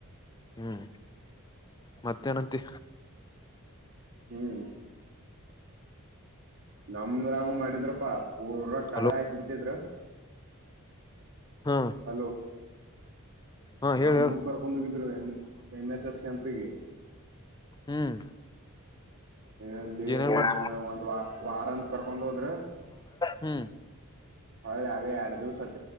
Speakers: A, on the left; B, on the right.
A: ಹ್ಮ್ ಮತ್ತೇನಂತಿ
B: ಹ್ಮ್ ನಮ್ದ್ರಾಗೂ ಮಾಡಿದ್ರಪ್ಪಾ ಪೂರ ಕಾರ
A: ಹಲೋ
B: ಹಾಕ್ ಬಿಟ್ಟಿದ್ರ
A: ಹಾ
B: ಹಲೋ
A: ಹಾ
B: ನಮ್ಗೂ
A: ಹೇಳ ಹೇಳ
B: ಕರ್ಕೊಂಡ ಬಂದಿದ್ರು ಎನ್ ಎನ್ ಎಸ್ ಎಸ್ ಕ್ಯಾಂಪಿಗೆ
A: ಹ್ಮ್
B: ಎಲ್ಲಿ
A: ಏನೇನ್
B: ಏನ್
A: ಮಾಡ
B: ಒಂದ್ ವಾರ ವಾರ ಅಂತ ಕರ್ಕೊಂಡ್ ಹೋದ್ರ
A: ಹ್ಮ್
B: ಹಳ್ಳಿ ಹಾಗೆ <unintelligible>